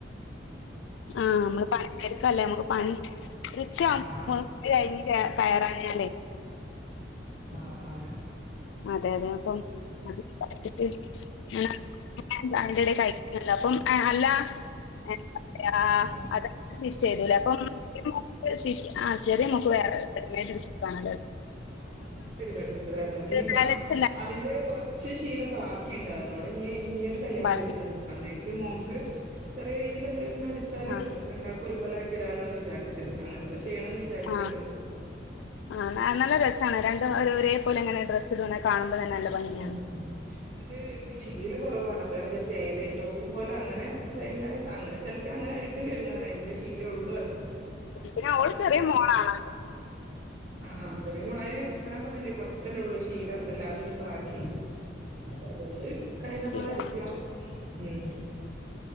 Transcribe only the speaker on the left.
ആഹ് നമ്മള് പണി തിരിക്കല്ലേ നമുക്ക് പണി ഒരുച്ഛയാവുമ്പോ
മൂന്ന് മൂന്നര കഴിഞ്ഞ് കയറാഞ്ഞാലേ
അതെ അതെ അപ്പം <unintelligible> ഭക്ഷണം അതിന്റെടെ കഴിക്കുന്നുണ്ട് അപ്പം അല്ല എന്ത പറയാ
അതാ സ്റ്റിച്ച് ചെയ്തലേ അപ്പം സ്റ്റിച്ച് ആ ചെറിയ മോക്ക് വേറെ കെമയട്ട് എടുത്തിട്ടണല്ലോ <unintelligible>
ബാലൻസ് ഉണ്ടായി
ബാക്കി
ആ
ആ ആഹ് നല്ല രസാണ് രണ്ടും ഒരേ പോലെ ങ്ങനെ ഡ്രസ് ട്ടിങ്ങനെ കാണുമ്പോ തന്നെ നല്ല ഭംഗിയാണ്
പിന്നെ ഓള് ചെറിയ മോളാണ്
ബാക്കിയില്ല